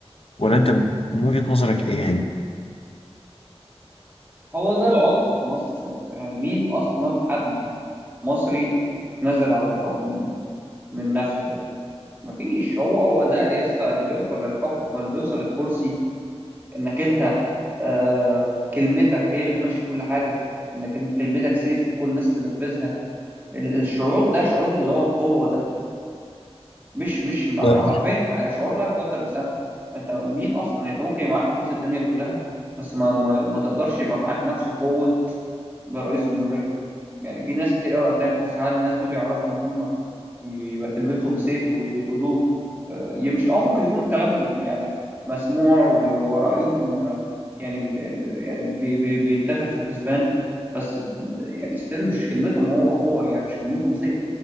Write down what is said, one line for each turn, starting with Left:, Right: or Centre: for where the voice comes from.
Left: ولا انت من وجهة نظرك ايه يعني
Right: هو ده العطل في مصر يا اسطى. يعني مين اصلا حد مصري نزل عن الحكم من نفسه كده مفيش هو هو ده يا اسطى اللي بيوصل للحكم واللي بيوصل للكرسي انك انت آه كلمتك هي اللي تمشي كل حاجة انك إن كلمتك سيف كل الناس تنفذها ال- الشعور ده شعور اللي هو القوة ده مش مش مع-
Left: لا
Right: حرفيا شعور لا يقدر بثمن انت مين اصلا انت ممكن يبقى معاك فلوس الدنيا كلها بس ما ما, ما تقدرش يبقى معاك نفس قوة رئيس جمهورية يعني في ناس كتير قوي اغنياء في مصر هل الناس دول يعرفوا ان هم يبقى كلمتهم سيف واللي يقولوه آه، يمشي اه ممكن يكون كلامهم يعني مسموع و- ورأيهم يعني يعني بي بي بيتاخد في الحسبان بس يعني ستيل مش كلمتهم هو هو يعني مش كلمتهم زي